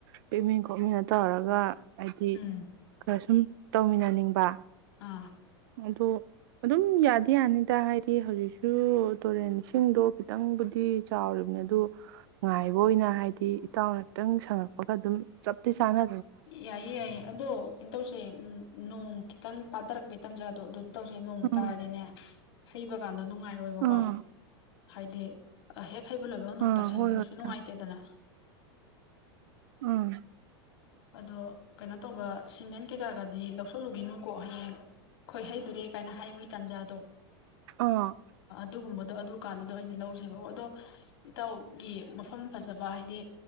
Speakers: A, on the right; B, on the left.
A: ꯄꯦꯛꯃꯤꯟ ꯈꯣꯠꯃꯤꯟꯅ ꯇꯧꯔꯒ ꯍꯥꯏꯗꯤ
B: ꯎꯝ
A: ꯑ ꯁꯨꯝ ꯇꯧꯃꯤꯟꯅꯅꯤꯡꯕ
B: ꯑꯥ
A: ꯑꯗꯣ ꯑꯗꯨꯝ ꯌꯥꯗꯤ ꯌꯥꯅꯤꯗ ꯍꯥꯏ ꯍꯧꯖꯤꯛꯁꯨ ꯇꯨꯔꯦꯟ ꯏꯁꯤꯡꯗꯣ ꯈꯤꯇꯪꯕꯨꯗꯤ ꯆꯥꯎꯔꯤꯕꯅꯦ ꯑꯗꯨꯗꯣ ꯉꯥꯏꯕ ꯑꯣꯏꯅ ꯍꯥꯏꯗꯤ ꯏꯇꯥꯎꯅ ꯈꯤꯇꯪ ꯁꯪꯉꯛꯄꯒ ꯑꯗꯨꯝ ꯆꯞꯇꯤ ꯆꯥꯅ
B: ꯌꯥꯏꯌꯦ ꯌꯥꯏꯌꯦ ꯑꯗꯣ ꯀꯩꯅꯣ ꯇꯧꯁꯦ ꯎꯝ ꯅꯣꯡ ꯈꯤꯇꯪ ꯄꯥꯊꯔꯛꯄꯦ ꯇꯥꯟꯖꯥꯗꯣ ꯑꯗꯨ ꯇꯧꯁꯦ ꯅꯣꯡ
A: ꯎꯝ
B: ꯇꯥꯔꯗꯤꯅꯦ ꯍꯩꯕꯀꯥꯟ ꯅꯨꯡꯉꯥꯏꯔꯣꯏꯕꯀꯣ
A: ꯑꯥ
B: ꯍꯥꯏꯗꯤ ꯍꯦꯛ ꯌꯥꯈꯩꯕꯨ ꯂꯣꯏꯕꯃꯛ ꯅꯣꯡ
A: ꯑꯥ
B: ꯇꯥꯁꯟꯕꯗꯨꯁꯨ
A: ꯍꯣꯏ ꯍꯣꯏ
B: ꯅꯨꯡꯉꯥꯏꯇꯦꯗꯅ
A: ꯏꯇꯥꯎ ꯑꯥ
B: ꯑꯗꯣ ꯀꯩꯅꯣ ꯇꯧꯕ ꯁꯤꯃꯦꯟ ꯀꯩꯀꯥꯒꯗꯤ ꯂꯧꯁꯤꯜꯂꯨꯒꯅꯨꯀꯣ ꯍꯌꯦꯡ ꯈꯣꯏ ꯍꯩꯗꯨꯔꯦ ꯀꯥꯏꯅ ꯍꯥꯏꯕꯒꯤ ꯇꯥꯟꯖꯥꯗꯣ
A: ꯑ
B: ꯑꯗꯨꯒꯨꯝꯕꯗꯣ ꯑꯗꯨ ꯀꯥꯟꯗꯨꯗꯣ ꯑꯩꯅ ꯂꯧꯁꯤꯀ ꯑꯗꯣ ꯏꯇꯥꯎꯒꯤ ꯃꯐꯝ ꯐꯖꯕ ꯍꯥꯏꯗꯤ